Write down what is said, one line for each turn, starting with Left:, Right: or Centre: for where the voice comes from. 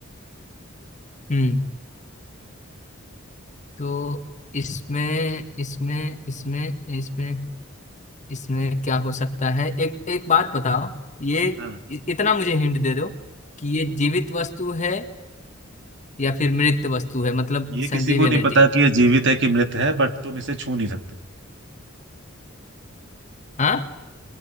Left: हम्म तो इसमें इसमें इसमें इसमें इसमें क्या हो सकता है एक एक बात बताओ ये
Right: हाँ
Left: इ- इतना मुझे हिंट दे दो कि ये जीवित वस्तु है या फिर मृत वस्तु है मतलब
Right: ये किसी
Left: संजीव
Right: को नहीं
Left: एनर्जी
Right: पता कि ये जीवित है कि मृत है बट तुम इसे छू नहीं सकते
Left: हाँ